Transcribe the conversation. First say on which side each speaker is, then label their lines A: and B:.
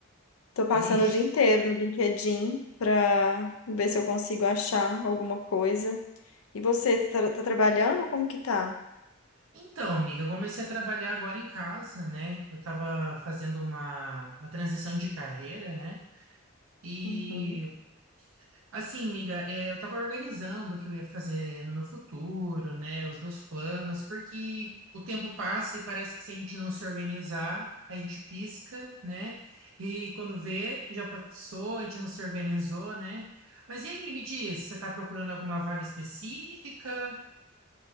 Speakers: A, on the left (about 85°); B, on the right (about 75°).
A: tô passando
B: Vixe.
A: o dia inteiro no LinkedIn pra ver se eu consigo achar alguma coisa. E você, tá, tá trabalhando? Como que tá?
B: Então, amiga, eu comecei a trabalhar agora em casa, né? Eu tava fazendo uma, uma transição de carreira, né? E
A: Uhum.
B: Assim, amiga, é, eu estava organizando o que eu ia fazer no meu futuro, né, os meus planos, porque o tempo passa e parece que se a gente não se organizar, a gente pisca, né, e quando vê, já passou, a gente não se organizou, né. Mas e aí, me diz, você está procurando alguma vaga específica?